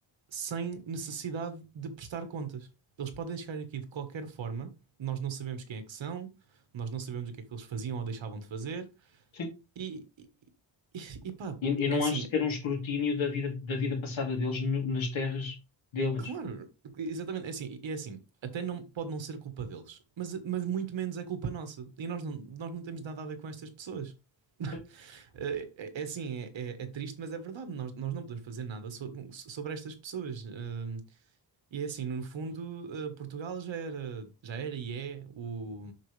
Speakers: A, on the right; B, on the left.
A: sem necessidade de prestar contas. Eles podem chegar aqui de qualquer forma, nós não sabemos quem é que são, nós não sabemos o que é que eles faziam ou deixavam de fazer,
B: sim.
A: e, e, e pá.
B: E, e não
A: É assim,
B: acho sequer um escrutínio da vida, da vida passada deles no- nas terras deles.
A: Claro, exatamente. É assim, é assim, até não, pode não ser culpa deles, mas, mas muito menos é culpa nossa. E nós não, nós não temos nada a ver com estas pessoas. <laughs>
B: Certo?
A: É, é- é assim, é, é- é triste, mas é verdade. Nós, nós não podemos fazer nada so- so-, sobre estas pessoas. Hum, e é assim, no fundo, eh, Portugal já era, já era e é o,